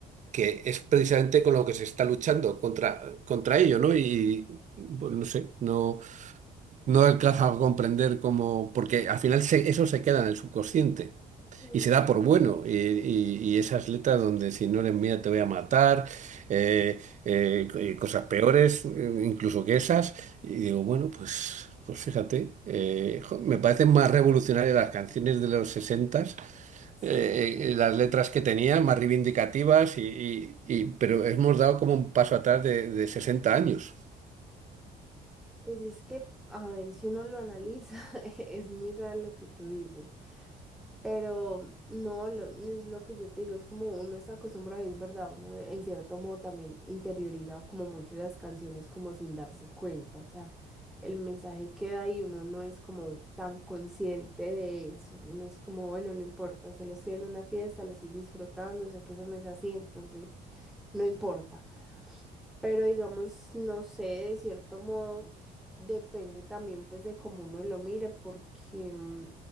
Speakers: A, on the right (about 45°); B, in the centre.
A: que es precisamente con lo que se está luchando contra, contra ello, ¿no? Y pues, no sé, no, no alcanza a comprender cómo, porque al final se- eso se queda en el subconsciente.
B: Sí.
A: Y se da por bueno. Y, y- y esas letras donde si no eres mía te voy a matar, eh, eh, co- eh, cosas peores eh, incluso que esas. Y digo, bueno, pues, pues fíjate, eh, jo, me parecen más revolucionarias las canciones de los 60
B: Sí.
A: las letras que tenían, más reivindicativas, y, y- y- pero hemos dado como un paso atrás de, de 60 años.
B: Pues es que, a ver, si uno lo analiza, <laughs> es muy raro lo que tú dices. Pero no, lo- es lo que yo te digo, es como uno está acostumbrado, y es verdad, uno en cierto modo también interioriza como mucho las canciones como sin darse cuenta, o sea, el mensaje queda ahí, uno no es como tan consciente de eso, uno es como, bueno, no importa, solo estoy en una fiesta, lo estoy disfrutando, sé que eso no es así, entonces no importa. Pero digamos, no sé, de cierto modo depende también pues de cómo uno lo mire, porque, mm,